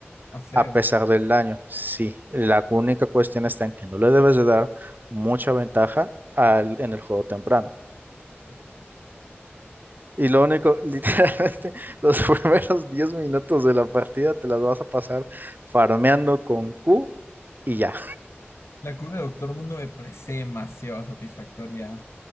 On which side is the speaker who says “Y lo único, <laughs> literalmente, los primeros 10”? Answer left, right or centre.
Right